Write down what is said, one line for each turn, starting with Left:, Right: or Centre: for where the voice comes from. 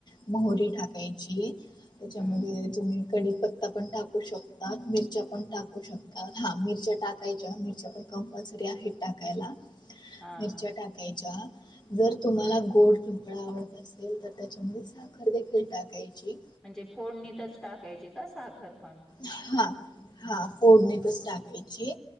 Left: मोहरी टाक त्याच्यामध्ये
Centre: हं,
Left: तुम्ही कडी पत्ता पण टाक शकात मिरच्या पण टाकू शकतात हा मिरच्या टाकायच्या मिरच्या पण कंपल्सरी आहे टाक टका
Centre: हां.
Left: मिरच्या टा टकायच्या जर तुम्हाला गोड चिंपळा आवडत असेल तर त्याच्यामध्ये साखर देखेळतात कायची
Centre: म्हणजे फोडणीतच टाकायची का साखरपण
Left: हा हा फोडणीतच
Centre: हां.
Left: टाकायची.